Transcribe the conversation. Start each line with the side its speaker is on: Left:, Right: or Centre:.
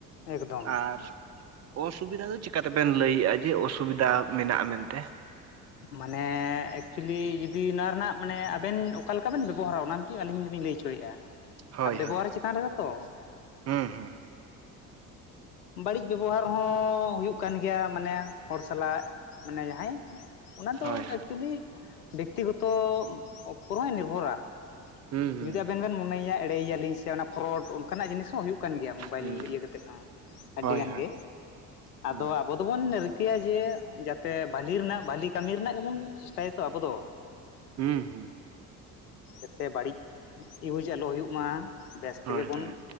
Left: ᱮᱠᱫᱚᱢ
Right: ᱟᱨ ᱚᱥᱩᱵᱤᱫᱟ ᱫᱚ ᱪᱮᱠᱟᱛᱮᱵᱮᱱ ᱞᱟᱹᱭᱮᱜ-ᱟ? ᱡᱮ ᱚᱥᱩᱵᱤᱫᱟ ᱢᱮᱱᱟᱜ-ᱟ ᱢᱮᱱᱛᱮ?
Left: ᱢᱟᱱᱮ ᱮᱠᱪᱩᱭᱮᱞᱤ ᱡᱩᱫᱤ ᱱᱚᱣᱟ ᱨᱮᱱᱟᱜ ᱢᱟᱱᱮ ᱟᱵᱮᱱ ᱚᱠᱟ ᱞᱮᱠᱟ ᱵᱮᱱ ᱵᱮᱵᱚᱦᱟᱨᱟ, ᱚᱱᱟ ᱠᱤᱹ ᱟᱹᱞᱤᱧ ᱫᱩᱞᱤᱧ ᱞᱟᱹᱭ ᱚᱪᱚᱭᱮᱜ-ᱟ,
Right: ᱦᱳᱭ
Left: ᱟᱨ ᱵᱮᱵᱚᱦᱟᱨ
Right: ᱦᱳᱭ
Left: ᱪᱮᱛᱟᱱ ᱨᱮᱦᱚ ᱛᱚ
Right: ᱦᱩᱸ ᱦᱩᱸ
Left: ᱵᱟᱹᱲᱤᱡ ᱵᱮᱵᱚᱦᱟᱨ ᱦᱚᱸ ᱦᱩᱭᱩᱜ ᱠᱟᱱ ᱜᱮᱭᱟ, ᱢᱟᱱᱮ ᱦᱚᱲ ᱥᱟᱞᱟᱜ ᱢᱟᱱᱮ ᱡᱟᱦᱟᱸᱭ ᱚᱱᱟ ᱫᱚ
Right: ᱦᱳᱭ ᱦᱳᱭ
Left: ᱮᱠᱪᱩᱭᱮᱞᱤ ᱵᱮᱠᱛᱤᱜᱚᱛᱚ ᱩᱯᱚᱨ ᱦᱚᱭ ᱱᱤᱨᱵᱷᱚᱨᱟ᱾
Right: ᱦᱩᱸ ᱦᱩᱸ
Left: ᱡᱩᱫᱤ ᱟᱵᱮᱱ
Right: ᱦᱩᱸ
Left: ᱵᱮᱱ ᱢᱚᱱᱮᱭᱭᱟ ᱮᱲᱮᱭᱟᱞᱤᱧ, ᱥᱮ ᱚᱱᱟ ᱯᱷᱚᱨᱚᱰ ᱚᱱᱠᱟᱱᱟᱜ ᱡᱤᱱᱤᱥ ᱦᱚᱸ ᱦᱩᱭᱩᱜ ᱠᱟᱱ ᱜᱮᱭᱟ ᱢᱳᱵᱟᱭᱤᱞ
Right: ᱦᱩᱸ
Left: ᱤᱭᱟᱹ ᱠᱟᱛᱮᱫ ᱦᱚᱸ ᱟᱹᱰᱤ
Right: ᱦᱳᱭ
Left: ᱜᱟᱱ
Right: ᱦᱳᱭ
Left: ᱜᱮ, ᱟᱫᱚ
Right: ᱦᱩᱸ
Left: ᱟᱵᱚ ᱫᱚᱵᱚᱱ ᱨᱤᱠᱟᱹᱭᱟ ᱡᱮ ᱡᱟᱛᱮ ᱵᱟᱹᱞᱤ ᱨᱮᱱᱟᱜ, ᱵᱷᱟᱹᱞᱤ ᱠᱟᱹᱢᱤ ᱨᱮᱱᱟᱜ ᱜᱮᱵᱚᱱ ᱪᱮᱥᱴᱟᱭᱟᱛᱚ ᱟᱵᱚ ᱫᱚ᱾
Right: ᱦᱩᱸ ᱦᱩᱸ
Left: ᱡᱟᱛᱮ ᱵᱟᱹᱲᱤᱡ ᱤᱭᱩᱡᱽ ᱟᱞᱚ ᱦᱩᱭᱩᱜ ᱢᱟ᱾ ᱵᱮᱥ ᱛᱮᱜᱮ
Right: ᱦᱳᱭ
Left: ᱵᱚᱱ
Right: ᱦᱳᱭ